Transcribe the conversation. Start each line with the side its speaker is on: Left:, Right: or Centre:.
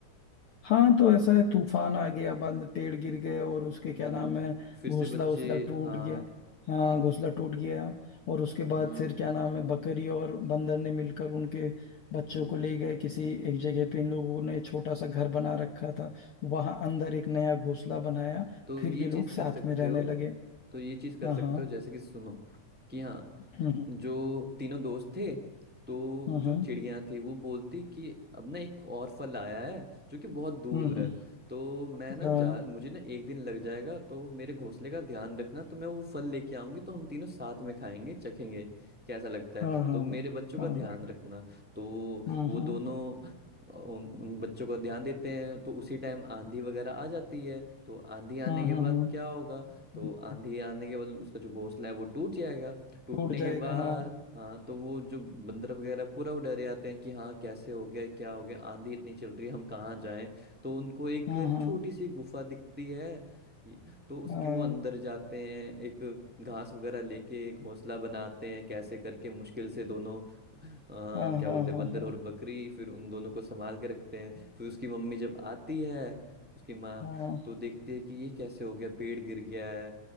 Left: हाँ तो ऐसा है तूफान आ गया बंद पेड़ गिर गए और उसके
Centre: हम्म
Left: क्या नाम है
Centre: फिर
Left: घोंसला
Centre: से बच्चे
Left: उसला टूट
Centre: हाँ
Left: गया हाँ घोंसला टूट गया और उसके बाद
Centre: हम्म
Left: फिर क्या नाम है बकरी और बंदर ने मिलकर उनके बच्चों
Centre: हम्म
Left: को ले गए किसी एक जगह पे इन लोगों ने छोटा सा घर बना रखा था वहां अंदर एक नया घोंसला बनाया
Centre: तो
Left: फिर
Centre: ये
Left: ये
Centre: चीज
Left: लोग
Centre: कर
Left: साथ
Centre: सकते
Left: में रहने
Centre: हो
Left: लगे
Centre: तो ये चीज कर
Left: हाँ
Centre: सकते
Left: हाँ
Centre: हो जैसे कि सुनो कि हाँ
Left: हम्म
Centre: जो तीनों दोस्त थे तो
Left: हम्म
Centre: जो चिड़िया थी वो बोलती कि अब ना एक और फल आया है जो कि बहुत दूर
Left: हम्म हम्म,
Centre: है तो मैं
Left: हाँ
Centre: ना जा मुझे ना एक दिन लग जाएगा तो मेरे घोंसले का ध्यान रखना तो मैं वो फल लेके आऊंगी तो हम तीनों साथ में खाएंगे चखेंगे कैसा लगता
Left: हाँ
Centre: है
Left: हाँ
Centre: तो मेरे बच्चों का
Left: हाँ
Centre: ध्यान रखना तो
Left: हम्म
Centre: वो
Left: हम्म
Centre: दोनों उन उन बच्चों का ध्यान देते हैं तो उसी टाइम आंधी वगैरह आ जाती है तो आंधी आने
Left: हम्म
Centre: के
Left: हम्म
Centre: बाद
Left: हम्म,
Centre: क्या होगा तो
Left: हम्म,
Centre: आंधी आने के बाद उसका जो घोंसला है वो टूट जाएगा टूटने
Left: टूट जाएगा
Centre: के बाद
Left: हाँ
Centre: हाँ तो वो जो बंदर वगैरह पूरा वो डरे आते हैं कि हाँ कैसे हो गया क्या हो गया आंधी इतनी चल रही है हम कहाँ जाएं तो उनको एक
Left: हाँ हाँ
Centre: छोटी सी गुफा दिखती है ये- तो उसके
Left: हाँ
Centre: वो अंदर जाते हैं एक घास वगैरह लेके घोंसला बनाते हैं कैसे करके मुश्किल से दोनों आ,
Left: हाँ
Centre: क्या
Left: हाँ
Centre: बोलते हैं
Left: हाँ
Centre: बंदर
Left: हाँ
Centre: और बकरी फिर उन दोनों को संभाल के रखते हैं फिर उसकी मम्मी जब आती है उसकी माँ
Left: हाँ
Centre: तो देखते हैं कि ये कैसे हो गया पेड़ गिर गया है